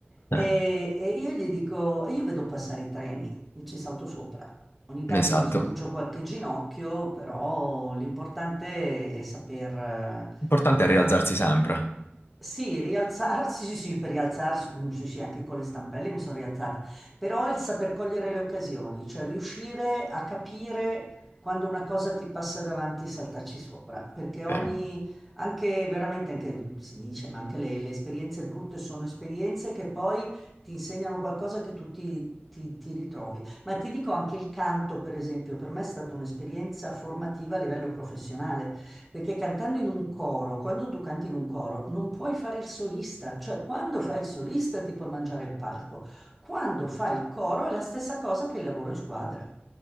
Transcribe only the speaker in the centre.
E, e io gli dico, e io vedo passare i treni, e ci salto sopra. Ogni tanto
mi sbuccio qualche ginocchio, però l'importante è saper, eh,
saper
sì, rialzarsi, sì, sì, per rialzarsi, mm, sì, sì, anche con le stampelle mi sono rialzata, però il saper cogliere le occasioni, cioè riuscire a capire quando una cosa ti passa davanti e saltarci sopra, perché ogni,
anche veramente, anche si dice, ma anche le, le esperienze brutte sono esperienze che poi ti insegnano qualcosa che tu ti, ti ti ritrovi. Ma ti dico anche il canto, per esempio, per me è stata un'esperienza formativa a livello professionale perché cantando in un coro, quando tu canti in un coro, non puoi fare il solista, cioè quando fai il solista ti puoi mangiare il palco, quando fai il coro è la stessa cosa che il lavoro in squadra,